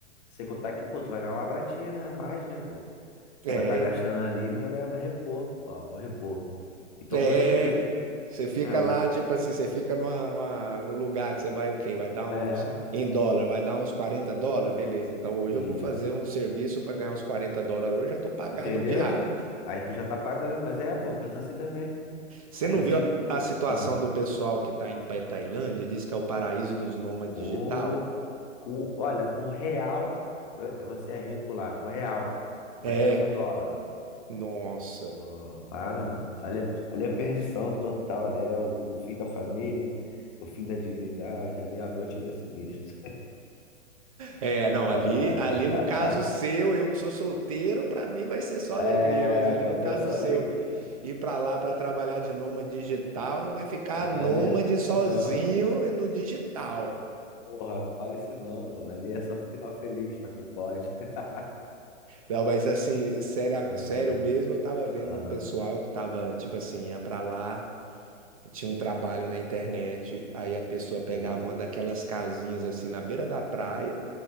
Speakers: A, on the left (about 35°); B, on the right (about 30°).
A: sem contar que, pô, tu vai ganhar uma pratinha, né? A mais, né, pô?
B: É,
A: Tu vai estar gastando ali, mas vai vai repor. Ó, vou repor. Então,
B: É,
A: por isso que eu digo.
B: você fica
A: É, o-
B: lá, tipo assim, você fica numa, numa, num lugar que você vai o quê? Vai dar
A: é,
B: uns, em dólar, vai dar uns 40 dólares, beleza. Então hoje
A: isso.
B: eu vou fazer um serviço para ganhar uns 40 dólares hoje, já tô pagado
A: Entendeu?
B: o diário.
A: Aí tu já tá pagando, mas é, pô, pensa assim também.
B: Você
A: Aí,
B: não viu
A: tipo,
B: a situação
A: ah,
B: do pessoal que tá indo pra Tailândia? Diz que é o paraíso dos nômades
A: pô,
B: digital?
A: com, olha, com real, eh, você é rico lá, com real. Imagina
B: É,
A: com dólar.
B: nossa.
A: Pô, para, mano. Olha, ali é perdição total, ali é o, o fim da família, o fim da dignidade, ali a noite, ali é sinistro.
B: É, não, ali,
A: <laughs>
B: ali no caso seu, eu que sou solteiro, pra mim vai ser só alegria,
A: É,
B: mas ali
A: pra
B: no
A: tu
B: caso
A: é só
B: seu.
A: alegria.
B: ir para lá para trabalhar de nômade digital, vai ficar nômade
A: Ali é.
B: sozinho
A: ah,
B: e no digital.
A: porra, fale isso não, mano. Ali é só final feliz pra quem pode. <laughs>
B: Não, mas assim, sério,
A: Ah,
B: sério mesmo, eu tava vendo
A: Aham.
B: um pessoal que tava, tipo assim, ia para lá, tinha um trabalho na internet, aí a pessoa pegava
A: Pô.
B: uma daquelas casinhas assim na beira da praia,